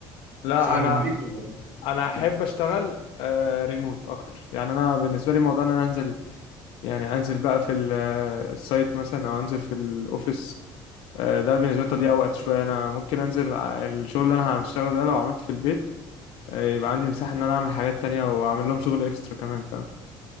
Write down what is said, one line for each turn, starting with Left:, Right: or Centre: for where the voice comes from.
Left: لا
Right: تشتغل
Left: انا
Right: من البيت ولا
Left: انا احب اشتغل آه ريموت اكتر يعني انا بالنسبه لي موضوع ان انا انزل يعني انزل بقى في ال- السايت مثلا او انزل في الاوفيس آه، ده بالنسبه لي تضييع
Right: إيه؟
Left: وقت شويه انا ممكن انزل ع- الشغل اللي انا هشتغله ده لو عملته في البيت آه، يبقى عندي مساحه ان انا اعمل حاجات تانية واعمل لهم شغل اكسترا كمان فاهم